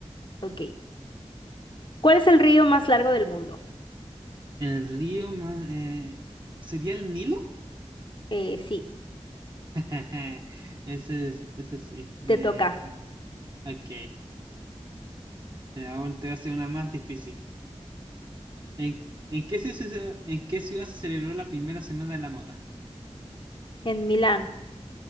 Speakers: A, on the left (about 45°); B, on the right (about 45°).
A: Ok. ¿Cuál es el río más largo del mundo?
B: El río más... eh, ¿sería el Nilo?
A: Eh, sí,
B: <laughs> Ese es, ese sí.
A: te
B: Eh,
A: toca.
B: o- ok. Eh, aún te voy a hacer una más difícil. ¿En, en qué ciudad, en qué ciudad se celebró la primera semana de la moda?
A: En Milán.